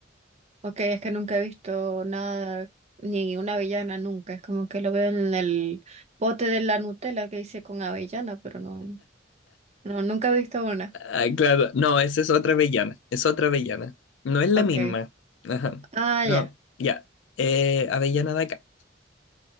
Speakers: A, on the right (about 35°); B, on the left (about 85°).
A: Ok, es que nunca he visto nada, ni una avellana nunca. Es como que lo veo en el bote de la Nutella que hice con avellana, pero no, no, nunca he visto una.
B: Ah, claro, no, esa es otra avellana, es otra avellana. No es la
A: Ok.
B: misma. Ajá.
A: Ah,
B: No,
A: ya.
B: ya. Eh, avellana de acá.